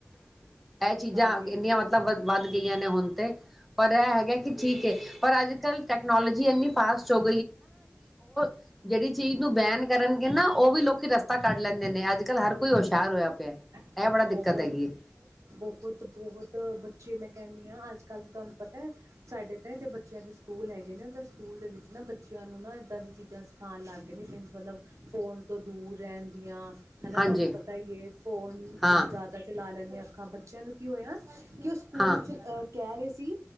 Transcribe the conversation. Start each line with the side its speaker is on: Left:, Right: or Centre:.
Centre: <inaudible> ਇਹ ਚੀਜ਼ਾਂ
Right: ਹਾਂਜੀ
Centre: ਇੰਨੀਆਂ ਮਤਲਬ ਵ ਵੱਧ ਗਈਆਂ ਨੇ ਹੁਣ ਤੇ ਪਰ ਇਹ ਹੈਗਾ ਕਿ ਠੀਕ ਹੈ। ਪਰ ਅੱਜ ਕੱਲ ਟੈਕਨੋਲੋਜੀ ਇੰਨੀ ਫਾਸਟ ਹੋ। <unintelligible> ਜਿਹੜੀ ਚੀਜ਼ ਨੂੰ ਬੈਨ ਕਰਨਗੇ। ਨਾ ਉਹ ਵੀ ਲੋਕੀ ਰਸਤਾ ਕੱਢ ਲੈਂਦੇ ਨੇ। ਅੱਜ ਕੱਲ੍ਹ ਹਰ ਕੋਈ ਹੁਸ਼ਿਆਰ ਹੋਇਆ ਪਿਆ।
Right: ਬਹੁਤ,
Centre: ਇਹ ਬੜਾ ਦਿੱਕਤ ਹੈਗੀ ਹੈ
Right: ਬਹੁਤ, ਬਹੁਤ। ਤਾਂ ਬੱਚੇ ਮੈਂ ਕਹਿੰਦੀ ਹਾਂ ਅੱਜ ਕੱਲ੍ਹ ਤਾਂ ਤੁਹਾਨੂੰ ਪਤਾ ਸਾਡੇ ਤਾਂ ਤਾਂ ਬੱਚਿਆਂ ਦੇ ਸਕੂਲ ਹੈਗੇ ਨੇ ਉਹਦੇ ਸਕੂਲ ਦੇ ਵਿੱਚ ਨਾ ਬੱਚਿਆਂ ਨੂੰ ਨਾ ਇੱਦਾਂ ਦੀ ਚੀਜ਼ਾਂ ਸਿਖਾਉਣ ਲੱਗ ਗਏ ਨੇ ਮੈਨੂੰ ਮਤਲਬ ਫੋਨ ਤੋਂ ਦੂਰ ਰਹਿਣ ਜ ਹੈ ਨਾ
Centre: ਹਾਂਜੀ
Right: ਤੁਹਾਨੂੰ ਪਤਾ ਹੀ ਹੈ ਫੋਨ।
Centre: ਹਾਂ
Right: ਜਿਵੇਂ ਜ਼ਿਆਦਾ ਚਲਾ ਲੈਂਦੇ ਹਾਂ। ਬੱਚਿਆਂ ਨੂੰ ਕੀ ਹੋਇਆ। ਕਿ ਉਹ ਸਕੂਲ
Centre: ਹਾਂ
Right: ਚ ਅਹ ਕਹਿ ਰਹੇ। ਸੀ,